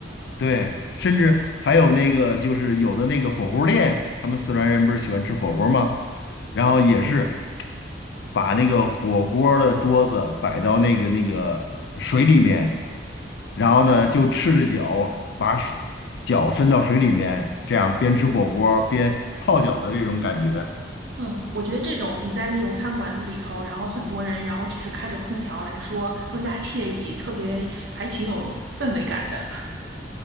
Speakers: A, on the left; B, on the right.
A: 对，甚至还有那个就是有的那个火锅店，他们四川人不是喜欢吃火锅吗？然后也是。把那个火锅儿的桌子摆到那个那个水里面，然后呢就赤着脚把手脚伸到水里面，这样边吃火锅儿边泡脚的这种感觉。
B: 嗯，我觉得这种比在那种餐馆子里头，然后很多人，然后只是开着空调来说更加惬意，特别还挺有氛围感的。<laughs>